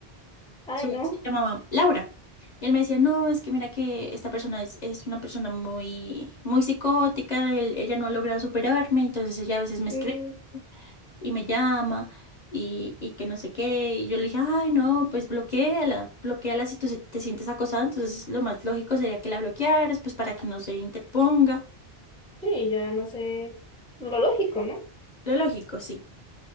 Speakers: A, in the centre; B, on the left.
A: Ay,
B: Su ex
A: no.
B: se llamaba Laura. Y él me decía, no, es que mira que esta persona es, es una persona muy, muy psicótica, él- ella no ha logrado superarme, entonces ella a veces me escribe.
A: Mm,
B: y me llama y, y que no sé qué. Y yo le dije, ay, no, pues bloquéala, bloquéala si tú se- te sientes acosada. Entonces lo más lógico sería que la bloquearas, pues para que no se interponga.
A: sí, ya no sé. Lo lógico, ¿no?
B: Lo lógico, sí.